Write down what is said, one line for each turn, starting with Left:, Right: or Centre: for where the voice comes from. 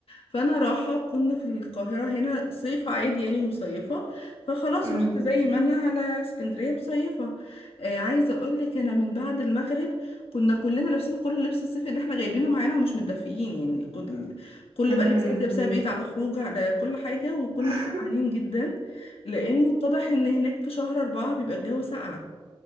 Left: فانا راحه كنا في القاهره هنا صيف عادي يعني ومصيفه فخلاص
Right: امم.
Left: رحت زي ما انا على اسكندريه مصيفه آه عايزه اقول لك انا من بعد المغرب كنا كلنا لابسين كل لبس الصيف اللي احنا جايبينه معانا ومش متدفيين يعني كل كل
Right: يا لهوي
Left: بقى لبس انت لابسها بيت على خروج على كل حاجه وكنا
Right: <laughs>
Left: سقعانين جدا لانه اتضح ان هناك في شهر أربعة بيبقى الجو ساقع